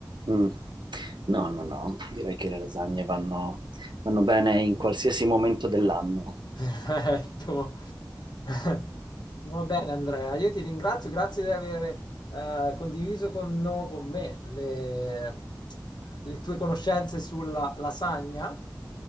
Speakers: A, on the right; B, on the left.
A: Mm. No, no, no, direi che le lasagne vanno, vanno bene in qualsiasi momento dell'anno.
B: Perfetto. <laughs> Va bene, Andrea, io ti ringrazio, grazie di aver eh, condiviso con, no- con me le, le tue conoscenze sulla lasagna